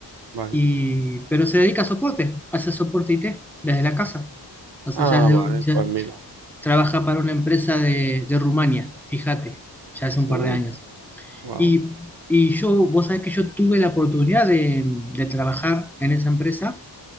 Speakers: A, on the right (about 65°); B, in the centre.
A: Vale.
B: y, pero se dedica a soporte, hace soporte IT desde la casa. O sea,
A: Ah,
B: ya, se-
A: vale,
B: ya
A: pues mira.
B: trabaja para una empresa de, de Rumania, fíjate, ya hace un par
A: Uh,
B: de años.
A: wow.
B: Y, y yo, vos sabés que yo tuve la oportunidad de de trabajar en esa empresa